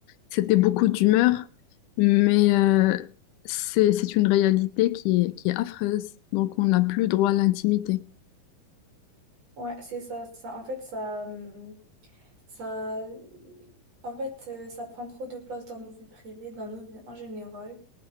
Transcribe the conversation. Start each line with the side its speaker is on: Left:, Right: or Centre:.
Left: C'était beaucoup d'humeur, mais euh, c'est c'est une réalité qui est, qui est affreuse. Donc, on n'a plus droit à l'intimité.
Right: Ouais, c'est ça, ça. En fait, ça, hum, ça, en fait, euh, ça prend trop de place dans nos vies privées, dans nos vies en général.